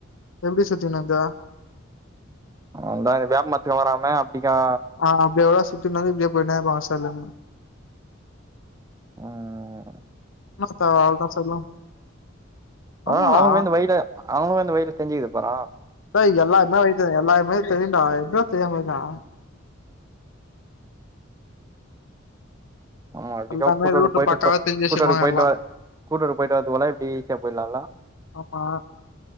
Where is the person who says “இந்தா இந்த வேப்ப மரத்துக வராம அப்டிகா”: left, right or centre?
Right